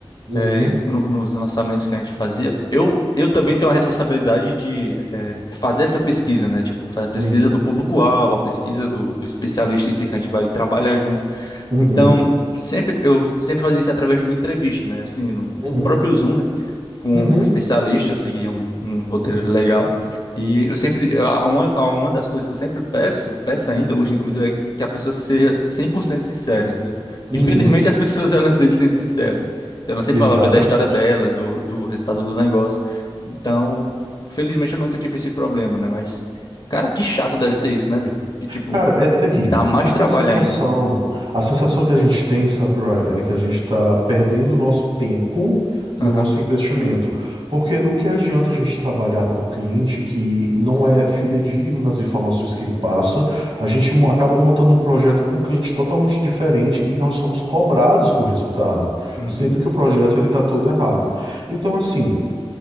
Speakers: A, on the right; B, on the left.
A: Uhum,
B: é, no- nos lançamentos que a gente fazia, eu, eu também tenho a responsabilidade de é, fazer essa pesquisa, né? Tipo, fazer a pesquisa
A: uhum,
B: do público-alvo, a pesquisa do, do especialista em si que a gente vai trabalhar junto.
A: uhum,
B: Então, sempre eu sempre fazia isso através de uma entrevista, né? Assim, no,
A: uhum,
B: no próprio Zoom, né? com,
A: uhum,
B: com especialistas, seguir um, um roteiro legal. E eu sempre, a- uma, a uma das coisas que eu sempre peço, peço ainda hoje, inclusive, é que a pessoa seja 100% sincera, entendeu? E
A: uhum.
B: felizmente as <laughs> pessoas, elas sempre sendo sinceras. né? Então, ela sempre
A: Exatamente.
B: falava da história delas, do, do resultado do negócio. Então, felizmente eu nunca tive esse problema, né? Mas, cara, que chato deve ser isso, né, velho? Que, tipo,
A: Cara, é terrível,
B: dá mais
A: porque
B: trabalho
A: a sensação,
B: ainda.
A: a sensação que a gente tem, sabe, Ryan, é que a gente está perdendo o nosso tempo
B: Aham.
A: e o nosso investimento. Porque no que adianta a gente trabalhar para um cliente que não é fidedigno nas informações que ele passa, a gente mo- acaba montando um projeto com um cliente totalmente diferente e nós somos cobrados por resultado,
B: Uhum.
A: sendo que o projeto ele está todo errado. Então, assim.